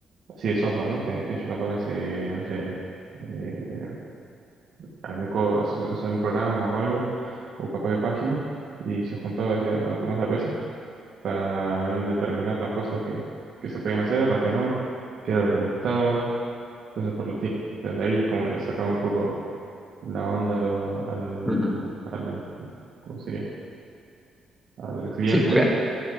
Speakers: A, on the right (about 60°); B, in the centre.
A: así de software, ¿no? Que, que capaz que hace, no sé, eh, algún, co- no sé, algún programa o algo, o capaz que páginas, y se juntaba, decía, a tomar cerveza para bien determinar las cosas que, que se podían hacer, las que no, qué era lo que les gustaba, cosas por el estilo. Entonces ahí como que le sacaba un poco la onda a lo- al,
B: Ujú.
A: al, em- ¿cómo sería? al cliente
B: Sí, porque